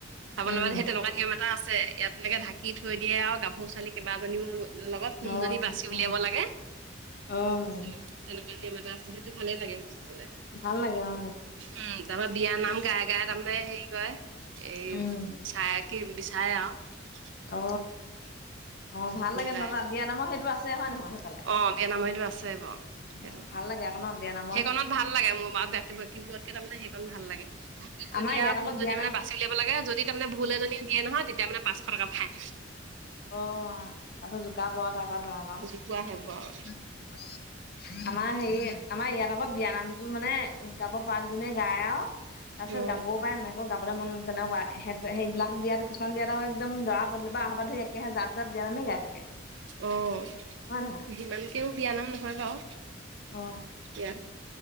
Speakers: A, on the right (about 70°); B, on the left (about 50°).
A: চাবলৈ
B: উম,
A: সেই তেনেকুৱা নিয়ম। এটা আছে ইয়াত এনেকে ঢাকি থৈ দিয়ে আও গাভৰু ছোৱালী কেইবাজনীও। লগত কোনজনী
B: অ',
A: বাচি উলিয়াব
B: অ',
A: লাগে
B: অ',
A: তেনে তেনেকুৱা নিয়ম এটা আছে সেইটো ভালেই লাগে স চাবলে।
B: ভাল লাগে অ।
A: উম, তাৰ বিয়াৰ নাম গাই-গাই তাৰমানে হেৰি কৰে এই
B: উম,
A: চায়াকে বিছাইয়ে।
B: অ, অ, ভাল লাগে
A: গাই
B: নু আকৌ বিয়া নামৰ সেইটো আছে হয় নহয়? সেইফালে?
A: অ, বিয়া নাম হেটো আছে বাৰু।
B: অ',
A: সেইটো
B: ভাল লাগে আক ন বিয়া না
A: সেইকণত ভাল লাগে মোৰ বা-বাকী বোৰতকে তাৰমানে সেইকণ ভাল লাগে। ঢাকি থৈ
B: আমাৰ
A: দয়ে
B: ইয়াত
A: আৰু
B: আকৌ
A: কোনজনী
B: বিয়া নাম
A: মানে বাচি উলিয়াব লাগে যদি তাৰমানে ভুল এজনী দিয়ে নহয় তেতিয়া মানে পাঁচশ টকা ফাইন।
B: অ, তাৰপিছত জোকাব আৰু তাক আৰু দৰাক আও
A: কোৱাহে বোৱা আৰু।
B: <inaudible> আমাৰ হেৰি আমাৰ ইয়াত আকৌ বিয়া নামটো মানে গাব পাৰা গূজনীয়ে গায় আৰু তাৰ পিছত
A: অ
B: গাবও পাৰে নাই গাবলৈ মন তেনেকুৱা সেহ সেইবিলাক বিয়াত কিছুমান বিয়াত আক একদম দৰা পদুলিপা আহা পা ধৰি হেয়া জাত জাত বিয়া নামেই গাই থাকে।
A: অহ
B: হয় নহয়?
A: সীমানকেও বিয়া নাম নহয় বাৰু
B: অ
A: য়াত